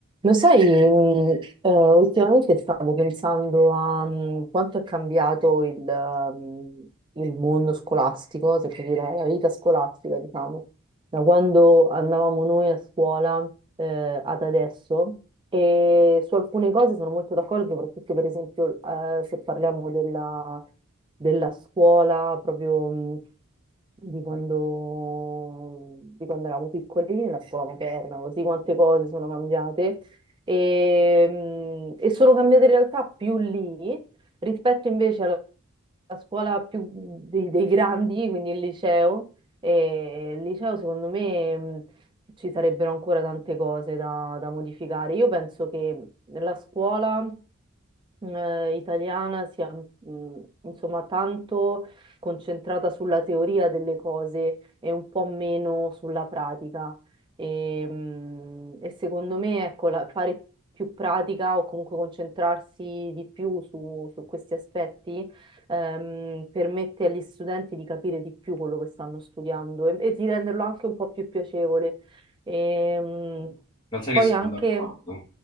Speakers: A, on the right (about 20°); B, on the left (about 20°).
A: Lo sai, mh, eh, ultimamente stavo pensando a mh, quanto è cambiato il, ehm, il mondo scolastico, se così la, la vita scolastica, diciamo, da quando andavamo noi a scuola eh, ad adesso. E su alcune cose sono molto d'accordo, soprattutto per esempio eh, se parliamo della, della scuola proprio mh, di quando, di quando eravamo piccoli, la scuola materna, così quante cose sono cambiate e, mh, e sono cambiate in realtà più lì rispetto invece alla, alla scuola più dei, dei grandi, quindi il liceo. E il liceo, secondo me, mh, ci sarebbero ancora tante cose da, da modificare. Io penso che la scuola eh, italiana sia mh, insomma tanto concentrata sulla teoria delle cose e un po' meno sulla pratica. E, mm, e secondo me, ecco, la- fare più pratica o comunque concentrarsi di più su, su questi aspetti ehm, permette agli studenti di capire di più quello che stanno studiando e, e di renderlo anche un po' più piacevole. E, mm,
B: Ma sai
A: poi
B: che sono
A: anche,
B: d'accordo?